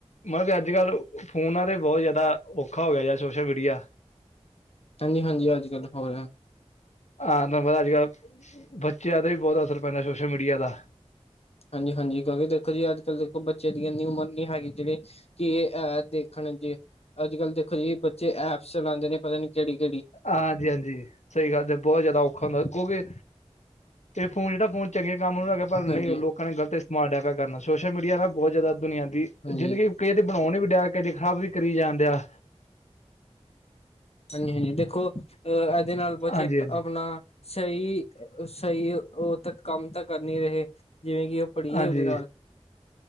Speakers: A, on the left; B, on the left.
A: ਮਤਲਬ ਵੀ ਅੱਜ ਕੱਲ੍ਹ ਫੋਨਾਂ ਤੇ ਬਹੁਤ ਜ਼ਿਆਦਾ ਔਖਾ ਹੋ ਗਿਆ ਯਾਰ ਸੋਸ਼ਲ ਮੀਡੀਆ।
B: ਹਾਂਜੀ ਹਾਂਜੀ, ਅੱਜ ਕੱਲ੍ਹ ਹੋ ਰਹਾ।
A: ਹਾਂ ਤੁਹਾਨੂੰ ਪਤਾ ਅੱਜ ਕੱਲ੍ਹ ਬੱਚਿਆਂ ਦਾ ਵੀ ਬਹੁਤ ਅਸਰ ਪੈਂਦਾ ਸੋਸ਼ਲ ਮੀਡੀਆ ਦਾ।
B: ਹਾਂਜੀ-ਹਾਂਜੀ, ਕਿਉਂਕਿ ਦੇਖੋ ਜੀ ਅੱਜ ਕੱਲ ਦੇਖੋ ਬੱਚੇ ਦੀ ਇੰਨੀ ਉਮਰ ਨੀ ਹੈਗੀ ਜਿਹੜੇ ਕਿ ਏ ਦੇਖਣ ਜੀ ਅੱਜ ਕੱਲ੍ਹ ਦੇਖੋ ਜੀ ਬੱਚੇ ਐਪਸ ਚਲਾਂਦੇ ਨੇ ਪਤਾ ਨੀ ਕਿਹੜੀ ਕਿਹੜੀ।
A: ਹਾਂਜੀ-ਹਾਂਜੀ, ਸਹੀ ਗੱਲ ਤੇ ਬਹੁਤ ਜ਼ਿਆਦਾ ਔਖਾ ਹੁੰਦਾ ਕਿਉਂਕਿ ਇਹ ਫੋਨ ਜਿਹੜਾ ਫੋਨ ਚੰਗੇ ਕੰਮ <unintelligible> ਹੈਗਾ ਪਰ ਨਹੀਂ
B: ਹਾਂਜੀ
A: ਲੋਕਾਂ ਨੇ ਗਲਤ <unintelligible> ਕਰਨਾ ਸੋਸ਼ਲ ਮੀਡੀਆ ਨਾ ਬਹੁਤ ਜ਼ਿਆਦਾ ਦੁਨੀਆਂ ਦੀ
B: ਹਾਂਜੀ
A: ਜ਼ਿੰਦਗੀ ਕਈ ਦੇ ਬਣਾਉਣ ਵੀ ਡਿਆ ਕਦੇ ਖਰਾਬ ਵੀ ਕਰੀ ਜਾਂਦੇ ਆ।
B: ਹਾਂਜੀ ਹਾਂਜੀ, ਦੇਖੋ ਅਹ ਇਹਦੇ ਨਾਲ <unintelligible>
A: ਹਾਂਜੀ ਹਾਂਜੀ
B: ਆਪਣਾ ਸਹੀ ਸਹੀ ਉਹ ਤਾਂ ਕੰਮ ਤਾਂ ਕਰ ਨੀ ਰਹੇ। ਜਿਵੇਂ ਕਿ ਉਹ ਪੜ੍ਹੀਏ
A: ਹਾਂਜੀ
B: ਉਹਦੇ ਨਾਲ